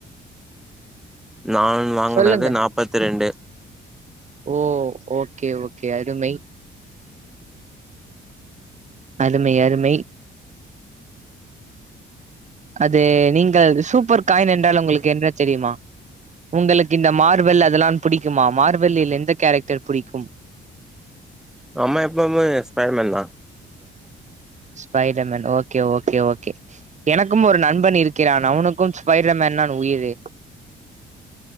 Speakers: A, in the centre; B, on the right (about 35°).
A: நான் வாங்குனது
B: சொல்லுங்க
A: நாப்பத்தி ரெண்டு
B: ஓ ஓகே ஓகே அருமை அருமை அருமை அது நீங்கள் சூப்பர் காயின் என்றால் உங்களுக்கு என்ன தெரியுமா? உங்களுக்கு இந்த மார்வல் அதெல்லா புடிக்குமா மார்வல்லில் எந்த கேரக்டர் புடிக்கும்?
A: நம்ம எப்பவுமே ஸ்பைடர்மேன் தா.
B: ஸ்பைடர்மேன் ஓகே ஓகே ஓகே எனக்கும் ஒரு நண்பன் இருக்கிறான் அவனுக்கும் ஸ்பைடர்மேன்னான் உயிரு